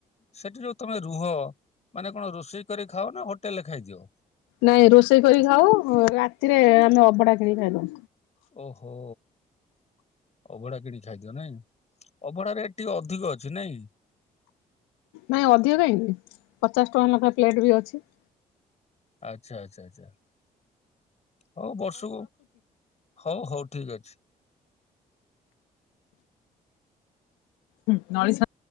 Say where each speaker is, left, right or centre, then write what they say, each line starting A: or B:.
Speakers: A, on the left; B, on the left.
A: ସେଠି ଯୋଉ ତମେ ରୁହ ମାନେ କଣ ରୋଷେଇ କରି ଖାଅ ନା ହୋଟେଲରେ ଖାଇଦିଅ?
B: ନାଇଁ ରୋଷେଇ କରି ଖାଉ, ରାତିରେ ଆମେ ଅବଢା କିଣିକି ଖାଇଦଉ।
A: ଓହୋ। ଅଭଢା କିଣି ଖାଇଦିଅ ନାଇଁ, ଅଭଢା ରେଟ୍ ଟିକେ ଅଧିକ ଅଛି ନାଇଁ?
B: ନାଇଁ ଅଧିକ କାହିଁକି ପଚାଶ ଟଙ୍କା ଲେଖା ପ୍ଲେଟ୍ ବି ଅଛି।
A: ଆଚ୍ଛା ଆଚ୍ଛା ଆଚ୍ଛା, ହଉ ବର୍ଷକୁ ହଉ ହଉ ଠିକ ଅଛି।
B: ହୁଁ ନଈ ସ